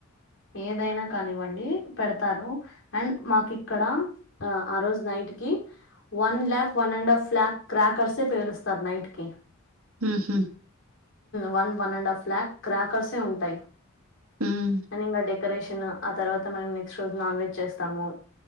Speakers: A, on the left; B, on the right.
A: ఏదైనా కానివ్వండి పెడతారు అండ్ మాకు ఇక్కడ ఆ రోజ్ నైట్ కి one lakh one and half lakh క్రాకర్సె పేలుస్తారు నైట్ కి
B: మ్మ్ హ్మ్
A: one one and half lakh క్రాకర్సే ఉంటాయ్
B: ఉమ్
A: అండ్ ఇంకా డె కరేషన్ ఆ తర్వాత మనం నెక్స్ట్ రోజు నాన్ వెజ్ చేస్తాము